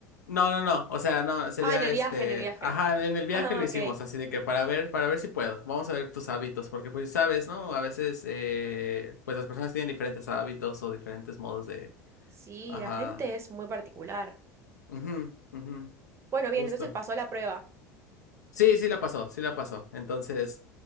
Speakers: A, on the left; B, on the right.
A: No, no, no. O sea, no, sería
B: Ah, en el viaje,
A: este.
B: en el viaje.
A: Ajá, en el viaje
B: Ah,
A: lo hicimos,
B: ok.
A: así de que para ver, para ver si puedo. Vamos a ver tus hábitos, porque pues sabes, ¿no? A veces, eh, pues las personas tienen diferentes hábitos o diferentes modos de.
B: Sí,
A: Ajá.
B: la gente es muy particular.
A: Ujú, ujú,
B: Bueno, bien,
A: Justo.
B: entonces pasó la prueba.
A: Sí, sí la pasó, sí la pasó. Entonces,